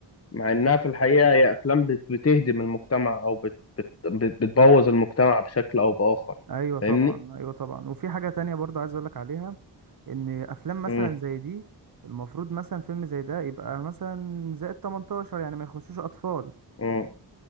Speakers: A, on the left; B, on the right.
A: مع إنها في الحقيقة هي أفلام بت- بتهدم المجتمع أو بت... بت... بت- بتبوظ المجتمع بشكل أو بآخر
B: ايوه
A: فاهمني؟
B: طبعا ايوه طبعا وفي حاجه تانية برضو عايز اقولك عليها ان افلام مثلا
A: مم.
B: زي دي المفروض مثلا فيلم زي ده يبقى مثلا زائد 18 يعني ما يخشوش اطفال
A: مم.